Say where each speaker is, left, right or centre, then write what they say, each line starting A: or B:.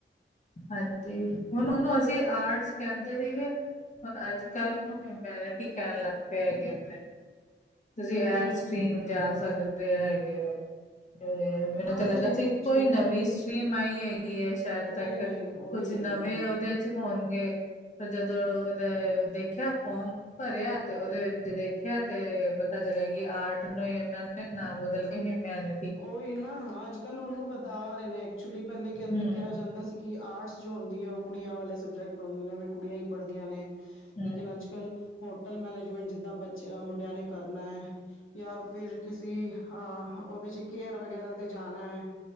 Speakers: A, on the left; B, on the left.
A: ਹਾਂਜੀ, ਹੁਣ ਉਹਨੂੰ ਅਸੀਂ ਆਰਟਸ ਕਹਿੰਦੇ ਸੀਗੇ ਹਰ ਅੱਜ ਕੱਲ੍ਹ ਉਹਨੂੰ ਹਿਊਮੈਨਿਟੀ ਕਹਿਣ ਲੱਗ ਪਏ ਹੈਗੇ ਨੇ ਤੁਸੀਂ
B: ਹੂੰ
A: ਇਹ
B: ਹੂੰ
A: ਸਟ੍ਰੀਰਮ
B: ਹੂੰ
A: ਜਾ ਸਕਦੇ ਹੈਗੇ ਔ ਤੇ ਮੈਨੂੰ
B: ਹਾਂਜੀ
A: ਤੇ ਲੱਗਾ ਸੀ ਕੋਈ,
B: ਜੀਵਨ
A: ਨਵੀਂ ਸਟ੍ਰਰੀਮ ਆਈ ਹੈਗੀ ਹੈ ਸ਼ਾਇਦ ਤਕ
B: ਨਹੀਂ ਨਹੀਂ ਉਹੀ
A: ਕੁਛ
B: ਹੈਗੀ
A: ਨਵੇਂ
B: ਹੈ
A: ਉਹਦੇ ਚ ਹੋਨਗੇ ਫੇਰ ਜਦੋਂ ਉਹਦਾ ਦੇਖਿਆ, ਫੋਮ ਭਰਿਆ ਤੇ ਉਹਦੇ ਵਿੱਚ ਦੇਖਿਆ ਤੇ ਪਤਾ ਚਲਿਆ ਕਿ, ਆਰਟ ਨੂੰ ਇਹਨਾਂ ਨੇ ਨਾ ਬਦਲ ਕੇ ਹੀਮਿਆਨ
B: ਉਹੀ ਨਾ ਅੱਜ ਕੱਲ ਉਹਨੂੰ ਵਧਾ ਰਹੇ ਨੇ, ਐਕਚੁਲੀ ਪਹਿਲੇ ਕਹਿੰਦੇ
A: ਹੂੰ
B: ਕਿਆ ਜਾਂਦਾ ਸੀ ਕਿ ਆਰਟਸ ਜੋ ਹੁੰਦੀ ਏ ਉਹ ਕੁੜੀਆਂ ਵਾਲੇ ਸਬਜੈਕਟ ਹੁੰਦੇ ਨੇ ਵੀ ਕੁੜੀਆਂ ਈ ਪੜ੍ਹਦੀਆਂ ਨੇ
A: ਹੂੰ
B: ਲੇਕਿਨ ਅੱਜ-ਕੱਲ ਹੋਟਲ ਮੈਨੇਜਮੈਂਟ ਜਿੱਦਾਂ ਜੇਆ ਮੁੰਡਿਆਂ ਨੇ ਕਰਨਾ ਏ ਜਾਂ ਫਿਰ ਕਿਸੀ ਆ ਉਹਦੇ ਚ ਕੇਅਰ ਵਗੈਰਾ ਤੇ ਜਾਣਾ ਏ